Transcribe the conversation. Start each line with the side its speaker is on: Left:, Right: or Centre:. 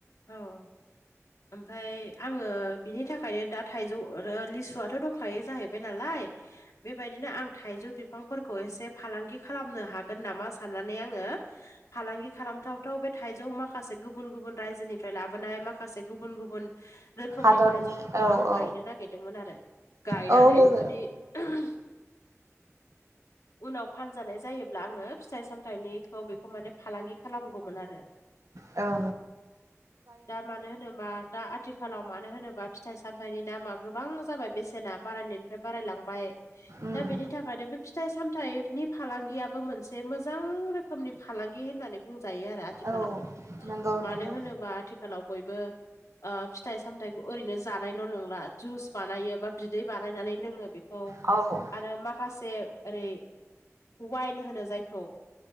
Left: औ ओमफाय आङो बिनि थाखायनो दा थाइजौ, रो लिसुआथ' दंखायो जाहैबाय नालाय बेबायदिनो आं थाइजौ बिफांफोरखौ एसे फालांगि खालामनो हागोन नामा साननानै आङो फालांगि खालामथावथाव बे थाइजौ माखासे गुबुन गुबुन रायजोनिफ्राय लाबोनाय माखासे गुबुन गुबुन रोखोमनि
Right: हादरनि
Left: थाइजौफोरखौ
Right: औ
Left: आं गायनो
Right: औ
Left: नागिरदोंमोन आरो। गायनानै
Right: औ लोगो
Left: जुदि <unintelligible> उनाव फानजानाय जायोब्ला आङो फिथाइ साम फाइनिखौ बेखौ माने फालांगि खालामगौमोन आरो
Right: औ
Left: दा मानो होनोबा दा आथिखालाव मानो होनोबा फिथाइ सामथाइनि दामा गोबां जाबाय बेसेना बारायनायनिफ्राय बारायलांबाय
Right: उम
Left: दा बेनि थाखायनो बे फिथाइ सामथाइ नि फालांगियाबो मोनसे मोजां रोखोमनि फालांगि होननानै बुंजायो आरो आथिखालाव
Right: औ नंगौ
Left: मानो
Right: नंगौ
Left: होनोबा आथिखालाव बयबो ओ फिथाइ सामथाइखौ ओरैनो जानायल' नंला जुस बानायो बा बिदै बानायनानै लोङो बेखौ
Right: औ
Left: आरो माखासे ओरै वाइन होनो जायखौ